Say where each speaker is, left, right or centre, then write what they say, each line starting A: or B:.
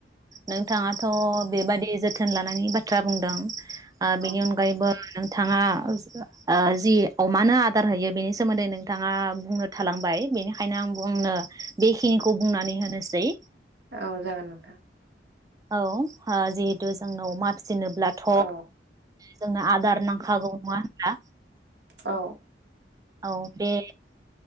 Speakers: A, on the right; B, on the right.
A: नोंथाङाथ बेबादि जोथोन लानायनि बाथ्रा बुंदों आ
B: औ
A: बिनि अनगायैबो बिथाङा ओ जि अमानो आदार होयो बेनि सोमोन्दै नोंथाङा बुंनो थालांबाय बेनिखायनो आं बुंनो बेखिनिखौ बुंनानै होनोसै
B: औ जागोन नोंथां
A: औ जिहेतु जोंनाव मास फि जनोब्लाथ'
B: औ
A: जोंनो आदार नांखागौ नङा होनब्ला
B: औ
A: औ बे